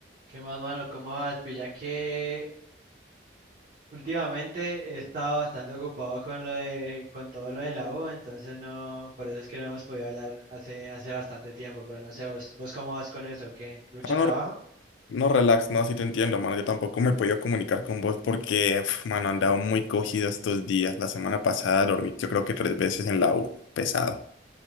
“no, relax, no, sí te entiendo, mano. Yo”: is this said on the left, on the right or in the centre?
Left